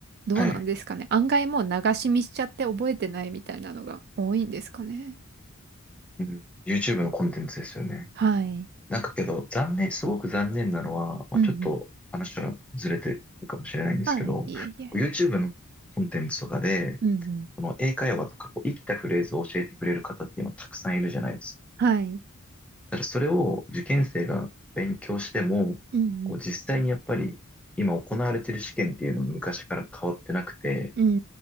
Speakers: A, on the right; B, in the centre.
A: どうなんですかね。
B: はい。
A: 案外もう流し見しちゃって覚えてないみたいなのが多いんですかね。
B: うん。YouTube のコンテンツですよね。
A: はい。
B: なんかけど、残念、すごく残念なのは、まあ、
A: うんうん。
B: ちょっと話はずれてるかもしれないんですけど、
A: はい。いえいえ。
B: YouTube のコンテンツとかで、
A: うんうん。
B: その英会話とかこう生きたフレーズを教えてくれる方って今たくさんいるじゃないですか。
A: はい。
B: ただそれを受験生が勉強しても、
A: うん
B: こう実際にやっぱり今行われている試験っていうのは昔から変わってなくて、
A: うん。うんう